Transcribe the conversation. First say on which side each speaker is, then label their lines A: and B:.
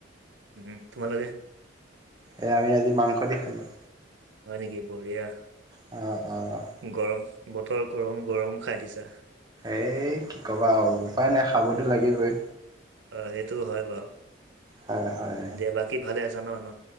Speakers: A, on the right; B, on the right.
A: উম তোমালোকে?
B: এ আমি আজি মাংস দি খালোঁ।
A: হয় নেকি? বঢ়িয়া।
B: অঁ, অঁ।
A: গৰম, বতৰ গৰম গৰম খাই দিছা।
B: এই কি ক'বা আও উপায় টো নাই খাবতো
A: আহ
B: লাগিবই।
A: অ' সেইটো হয় বাৱ
B: হয় হয়।
A: দিয়া, বাকী ভালে আছা ন ন?